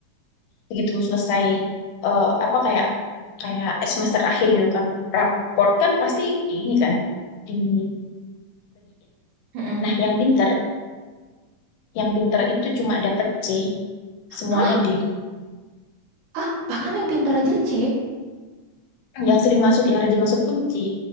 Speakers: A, on the left (about 80°); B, on the right (about 75°).
A: begitu selesai eh, apa kayak kayak semester akhir gitu kan raport kan pasti di ini kan dibagiin
B: Mm-mm.
A: nah yang pinter yang pinter itu cuma dapet C semuanya
B: hah
A: D
B: hah bahkan yang pintar aja C
A: yang sering masuk yang rajin masuk pun C